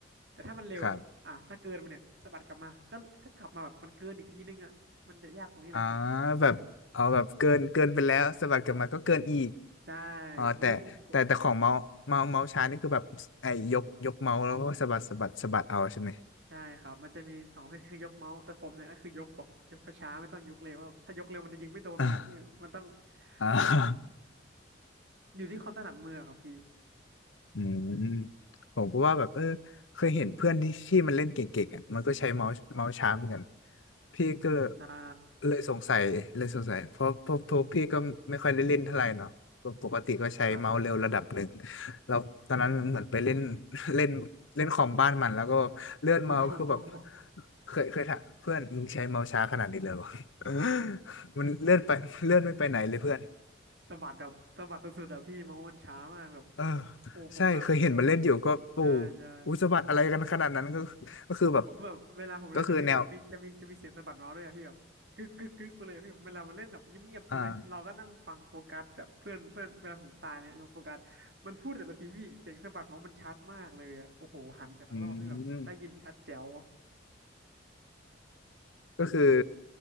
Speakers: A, on the right (about 60°); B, on the left (about 85°).
A: แต่ถ้ามันเร็วอะ
B: ครับ
A: อ่ะถ้าเกินมันเนี่ยสะบัดกลับมาก็ก็กลับมาแบบมันเกินอีกทีนึงอ่ะมันจะยากตรงนี้แหละครับ
B: อ่าแบบเอาแบบเกินเกินไปแล้วสะบัดกลับมาก็เกินอีก
A: ใช่
B: อ๋อแต่แต่แต่ของเมาส์เมาส์เมาส์ช้านี่คือแบบไอ้ยกยกเมาส์แล้วก็สะบัดสะบัดสะบัดเอาใช่ไหม
A: โอ้ผมผมใช่ครับมันจะมีสองประเภทคือยกเมาส์แต่ผมเนี่ยก็คือยกแบบยกช้าๆไม่ต้องยกเร็วว่าะถ้ายกเร็วมันจะยิงไม่โดนเหมือนกันพี่มันต้อง
B: อ่าอ่า <laughs>
A: มันอยู่ที่ความถนัดมือครับพี่
B: อืมผมก็ว่าแบบเออเคยเห็นเพื่อนที่ที่มันเล่นเก่งๆอ่ะมันก็ใช้เมาส์เมาส์ช้าเหมือนกันพี่ก็เลย
A: ใช่
B: เลยสงสัยเลยสงสัยเพราะเพราะเพราะพี่ก็ไม่ค่อยได้เล่นเท่าไหร่เนาะปกปกติก็ใช้เมาส์เร็วระดับหนึ่ง
A: ครับครับ
B: แล้วตอนนั้นเหมือนไปเล่น
A: <laughs>
B: <laughs> เล่นเล่นคอมบ้านมันแล้วก็เลื่อนเมาส์คือแบบ
A: โอ้โห
B: เคยเคยถามเพื่อนมึงใช้เมาส์ช้าขนาดนี้เลยวะ <laughs> มันเลื่อนไปเลื่อนไม่ไปไหนเลยเพื่อน
A: สะบัดแบบสะบัดสุดๆอะพี่เมาส์มันช้ามากแบบ
B: เออ
A: โอ้ผมแบบ
B: ใช่เคยเห็นมันเล่นอยู่ก็โอ้
A: ใช่ใช่
B: อุยสะบัดอะไรกันขนาดนั้นก็ก็คือแบบ
A: ผมแบบเวลาผมเล่นนะพี่มีจะมีจะมีเสียงสะบัดเมาส์ด้วยอะพี่แบบกึกกึกกึกไปเลยอะพี่เวลามันเล่นแบบเงียบๆใช่ไหม
B: ก็คือแนวอ่า
A: เราก็นั่งฟังโฟกัสแบเพื่อนเพื่อนเวลาผมตายเนี่ยโฟกัสมันพูดแต่ละทีพี่เสียงสะบัดเมาส์มันชัดมากเลยอะโอ้โหหันแต่ละรอบนี่แบบได้ยินชัดแจ๋ว
B: อืมก็คือ